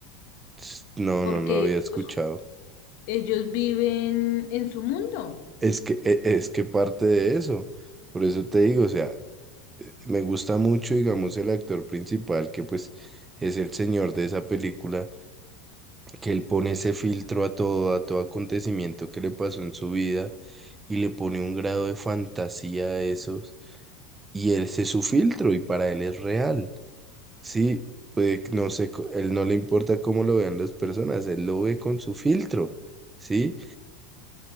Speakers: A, on the right; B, on the left.
A: Ts- No,
B: porque
A: no, no lo había
B: ellos,
A: escuchado.
B: ellos viven en su mundo.
A: Es que, e- es que parte de eso. Por eso te digo, o sea, Me gusta mucho, digamos, el actor principal, que pues es el señor de esa película, que él pone ese filtro a todo, a todo acontecimiento que le pasó en su vida y le pone un grado de fantasía a esos. Y ese es su filtro y para él es real. Sí, pues no sé, co- él no le importa cómo lo vean las personas, él lo ve con su filtro, ¿sí?